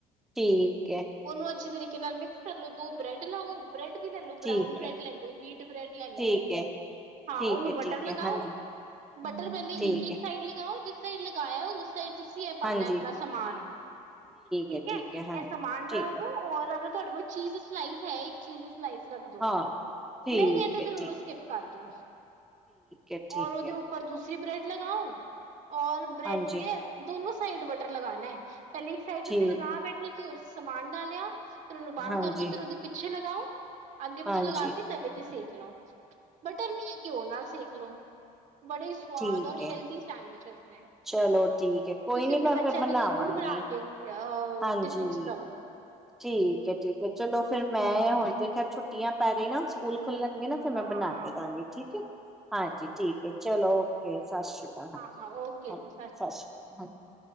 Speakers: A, in the centre; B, on the right.
A: ਠੀਕ ਹੈ,
B: ਉਨੂੰ ਅੱਛੀ ਤਰੀ ਕੇ ਨਾਲ ਮਿਕਸ ਕਰ ਲੂ ਦੋ ਬ੍ਰੈਡ ਲਊ ਤੇ ਬ੍ਰੈਡ ਵੀ ਲਲੋ
A: ਠੀਕ
B: ਬਰਾਊਨ ਬ੍ਰੈਡ
A: ਹੈ,
B: ਲਲੋ ਵੀਟ ਬ੍ਰੈਡ ਲਲੋ
A: ਠੀਕ ਹੈ,
B: ਹਾਂ,
A: ਠੀਕ
B: ਉਹਨੂੰ
A: ਹੈ,
B: ਬਟਰ
A: ਠੀਕ
B: ਲਗਾਓ,
A: ਹੈ, ਹਾਂਜੀ
B: ਬਟਰ ਪਹਿਲੇ
A: ਠੀਕ
B: ਇੱਕ-ਇੱਕ
A: ਹੈ,
B: ਸਾਈਡ ਲਗਾਓ ਜਿਸ ਸਾਈਡ ਲਗਾਇਆ ਉਸ ਸਹੀ ਤੁਸੀਂ ਇਹ ਪਾਣਾ
A: ਹਾਂਜੀ
B: ਆਪਣਾ ਸਮਾਨ ਠੀਕ
A: ਹੈ,
B: ਐ,
A: ਹੈ, ਹਾਂਜੀ
B: ਇਹ ਸਮਾਨ ਡਾਲ
A: ਠੀਕ ਹੈ,
B: ਦੋ ਔਰ ਤੁਆਡੇ ਕੋਲ ਚੀਜ਼ ਸਲਾਈਸ ਹੈ, ਇੱਕ ਚੀਜ਼ ਸ ਸਲਾਈਸ ਰੱਖ ਦੋ,
A: ਹਾਂ ਠੀਕ
B: ਨਈਂ ਏ ਤੇ
A: ਹੈ,
B: ਫਿਰ
A: ਠੀਕ
B: ਉਨੂੰ
A: ਠੀਕ
B: ਸਕਿਪ ਕਰ ਦੋ
A: ਹੈ, ਠੀਕ
B: ਔਰ ਉਹਦੇ
A: ਹੈ,
B: ਉੱਪਰ ਦੂਸ ਥ੍ਰੀ ਬ੍ਰੈਡ ਲਗਾਉ ਔਰ ਬ੍ਰੈਡ
A: ਹਾਂਜੀ
B: ਦੇ ਦੋਨੋ ਸਾਈਡ ਬਟਰ ਲਗਾਨਾ ਹੈ। ਪਹਿਲੇ ਇਕ ਸਾਈਡ
A: ਠੀਕ
B: ਤੁਸੀ ਲਗਾ ਬੈਠੇ ਸੀ। ਸਮਾਨ ਡਾਲਿਆ ਫੇਰ ਉਹਨੂੰ ਬੰਦ
A: ਹਾਂਜੀ,
B: ਕਰੋ ਫਿਰ ਉਹਦੇ ਪਿੱਛੇ <unintelligible> ਅੱਗੇ ਪਿੱਛੇ
A: ਹਾਂਜੀ
B: ਲਗਾ ਕੇ ਤਵੇ ਤੇ ਸੇਕ ਲੋ। ਬਟਰ ਨਹੀਂ ਹੈ ਘਿਓ ਨਾਲ ਸੇਕ ਲੋ। ਬੜੇ ਸਵਾਦ
A: ਠੀਕ
B: ਔਰ
A: ਹੈ,
B: ਹੈਲਦੀ ਸੈਂਡਵਿਚ ਨੇ।
A: ਚਲੋ ਠੀਕ ਹੈ, ਕੋਈ
B: ਤੁਸੀਂ
A: ਨੀ
B: ਆਪਣੇ
A: ਮੈਂ
B: ਬੱਚਿਆਂ
A: ਫਿਰ ਬਣਾਵਾਂਗੀ
B: ਨੂੰ ਜ਼ਰੂਰ ਬਣਾ ਕੇ ਅ
A: ਹਾਂਜੀ।
B: ਟਿਫਿਨ ਚ ਦਵੋ।
A: ਠੀਕ ਏ, ਠੀਕ ਹੈ। ਚਲੋ ਫਿਰ ਮੈਂ ਹੁਣ ਤੇ ਖੈਰ ਛੁੱਟੀਆਂ ਪੈ ਗਈ ਨਾ ਸਕੂਲ ਖੁੱਲਣਗੇ ਨਾ ਫਿਰ ਮੈਂ
B: ਹਾਂ
A: ਬਣਾ
B: ਹਾਂ
A: ਕੇ ਦਾਂਗੀ ਠੀਕ ਹੈ। ਹਾਂਜੀ ਠੀਕ ਹੈ ਚਲੋ ਓਕੇ ਸਤਿ ਸ਼੍ਰੀ ਅਕਾਲ ਹਾਂਜੀ
B: ਹਾਂ ਹਾਂ ਓਕੇ
A: ਹਾਂ
B: ਜੀ
A: ਸਤਿ ਸ਼੍ਰੀ ਅਕਾਲ ਹਾਂਜੀ।